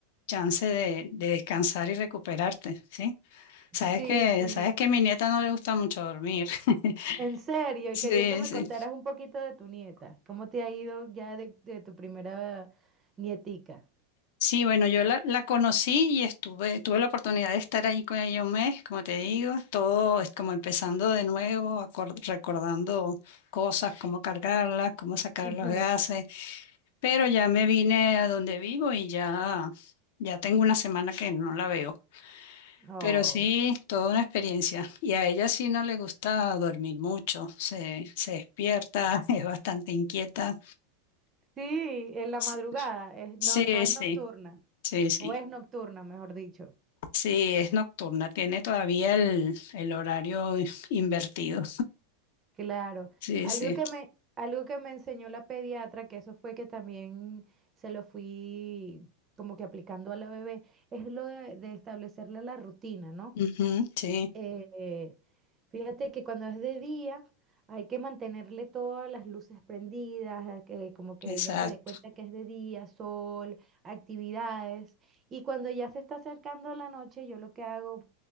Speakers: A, on the left (about 55°); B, on the right (about 20°).
A: chance de, de descansar y recuperarte, ¿sí? Sabes
B: Sí,
A: que,
B: sí.
A: sabes que a mi nieta no le gusta mucho dormir. <laughs>
B: En serio,
A: Sí,
B: y quería que me
A: sí.
B: contaras un poquito de tu nieta. ¿Cómo te ha ido ya de, de tu primera nietica?
A: Sí, bueno, yo la, la conocí y estuve, tuve la oportunidad de estar ahí con ella un mes, como te digo, todo es como empezando de nuevo, acor- recordando cosas, cómo cargarlas, cómo sacar
B: Ujú.
A: los gases. pero ya me vine a donde vivo y ya, ya tengo una semana que no la veo.
B: Oh,
A: Pero sí, toda una experiencia. Y a ella sí no le gusta dormir mucho, se, se despierta, <laughs> es bastante inquieta.
B: sí, en la
A: S-
B: madrugada, es- no,
A: Sí,
B: no es
A: sí,
B: nocturna,
A: sí, sí.
B: o es nocturna, mejor dicho.
A: Sí, es nocturna, tiene todavía el, el horario invertido.
B: Claro.
A: Sí,
B: Algo
A: sí.
B: que me, algo que me enseñó la pediatra, que eso fue que también se lo fui como que aplicando a la bebé, es lo de, de establecerle la rutina, ¿no?
A: Ujú, sí,
B: Eh, fíjate que cuando es de día hay que mantenerle todas las luces prendidas, a que como que
A: exacto.
B: ella se dé cuenta que es de día, sol, actividades. Y cuando ya se está acercando la noche, yo lo que hago